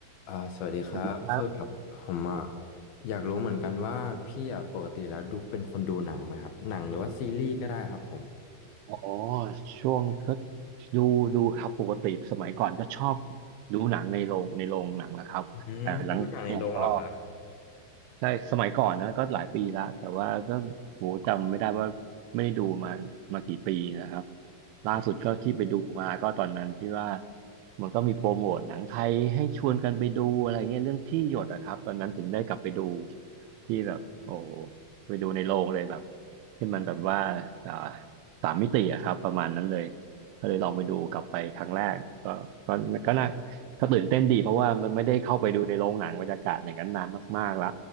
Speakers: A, on the left; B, on the right.
A: อ่าสวัสดีครับคือแบบผมอ่ะ
B: สวัสดีครับ
A: อยากรู้เหมือนกันว่าพี่อ่ะปกติแล้วดูเป็นคนดูหนังไหมครับหนังหรือว่าซีรีส์ก็ได้ครับผม
B: อ๋อช่วงก็ดูดูครับปกติสมัยก่อนก็ชอบดูหนังในโรงในโรงหนังนะครับแต่หลังเนี่ยก็
A: อืมชอบดูหนังในโรงเหรอครับ
B: ใช่สมัยก่อนนะก็หลายปีละแต่ว่าก็โหจำไม่ได้ว่าไม่ได้ดูมามากี่ปีนะครับล่าสุดก็ที่ไปดูมาก็ตอนนั้นที่ว่า
A: อ่า
B: มันก็มีโปรโมทหนังไทยให้ชวนกันไปดูอะไรเงี้ยเรื่องที่หยดอะครับตอนนั้นถึงได้กลับไปดูที่แบบโอ้ไปดูในโรงเลยแบบที่มันแบบว่าอ่าสามมิติอะครับประมาณนั้นเลยก็เลยลองไปดูกลับไปครั้งแรกก็ก็ก็น่าก็ตื่นเต้นดีเพราะว่ามันไม่ได้เข้าไปดูในโรงหนังบรรยากาศอย่างนั้นนานมากๆละ